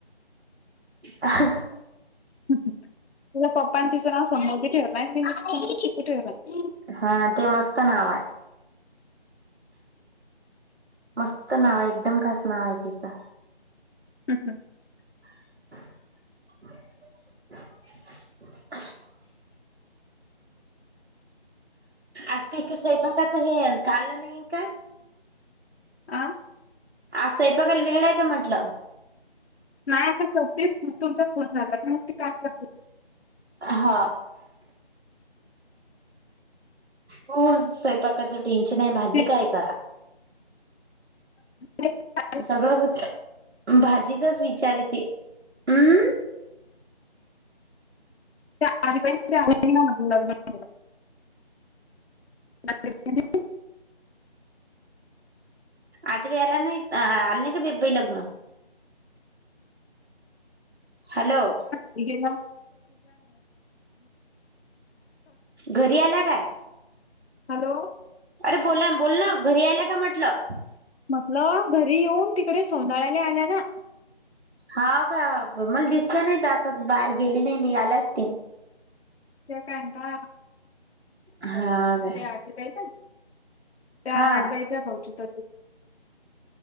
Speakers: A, on the right (about 75°); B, on the left (about 70°).
A: आहा
B: तिच्या पप्पा तिचं नाव समृद्धी ठेवलाय मी चिकू ठेवलाय.
A: हा ते मस्त नाव आहे. मस्त नाव आहे एकदम खास नाव आहे तिचं.
B: हम्म हम्म.
A: <inaudible> आज क सपाकाच हे काल नाही का
B: आ
A: आज साईपाकााल वेळ आहे का म्हटलं.
B: नाही आता शेटीच तुमचा फोन झाला तर म काय कर
A: हा. हो स्वयंपाकाच टेन्शन आहे भाजी
B: ते-
A: काय करा
B: ह
A: सगळं होत भाजीचाच विचार येते हम्म
B: <inaudible>
A: आता वयला नाही आल नाही का बीबबाई लग्न हॅलो
B: गे
A: घरी आला काय
B: हॅलो
A: अरे बोला ना बोल ना घरी आला का म्हटलं
B: म्हटलं घरी येऊन तिकडे सोदाळ्याला आल्या ना
A: हा का मला दिसलं नाही आता बाहेर गेली नाही मी आल्याच त
B: ते काय का
A: हा
B: हो ते
A: काय
B: आजीबाय का त्या
A: हा
B: आजयच्या भावचित